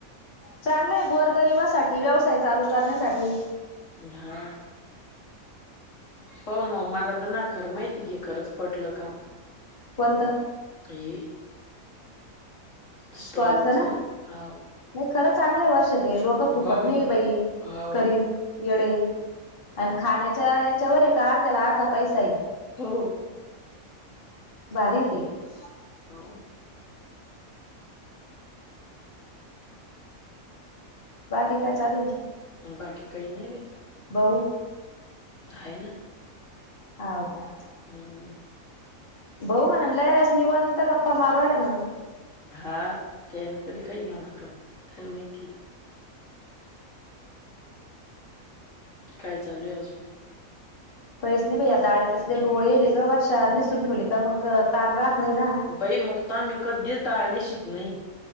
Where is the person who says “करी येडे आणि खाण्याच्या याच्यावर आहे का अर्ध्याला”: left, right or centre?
Left